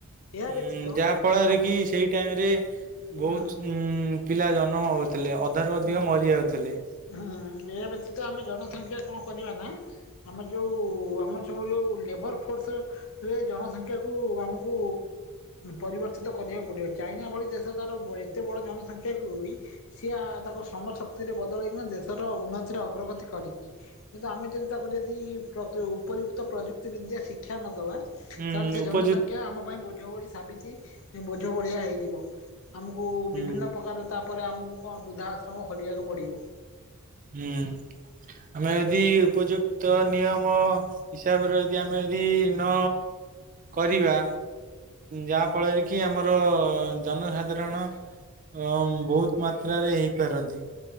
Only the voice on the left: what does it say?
ଏହା
ବ୍ୟତୀତ
ଆମ
ହଁ
ହଁ।
ହୁଁ ଏହା ବ୍ୟତୀତ ଆମେ ଜନସଂଖ୍ୟା କଁ କରିବା ନା ଆମେ ଯୋଉ ଆମର ସବୁ ଯୋଉ ଲେବର ଫୋର୍ସ ରେ ଜନସଂଖ୍ୟାକୁ ଆମକୁ ପରିବର୍ତ୍ତିତ କରିବାକୁ ପଡିବ ଚାଇନା ଭଳି ଦେଶ ତାର ଏତେ ବଡ ଜନସଂଖ୍ୟାକୁ ଇ ସିଏ ଆ ତାକୁ ଶ୍ରମ ଶକ୍ତିରେ ବଦଳେଇକିନା ଦେଶର ଉନ୍ନତିରେ ଅଗ୍ରଗତି କରିଚି। କିନ୍ତୁ ଆମେ ଯଦି ତାକୁ ଯଦି ପ୍ର ଉପଯୁକ୍ତ ପ୍ରଯୁକ୍ତି ବିଦ୍ୟା ଶିକ୍ଷା ନ ଦବା ତାହେଲେ
ସେ
ଜନସଂଖ୍ୟା ଆମ ପାଇଁ ବୋଝ ବଳି ସାବିଚି ବୋଝ ବଳିିଆ ହେଇଯିବ। ଆମକୁ
ବିଭିନ୍ନ ପ୍ରକାର ତାପରେ ଆମକୁ କଣ ବୃଦ୍ଧା ଆଶ୍ରମ ଖୋଲିଆକୁ ପଡିବ।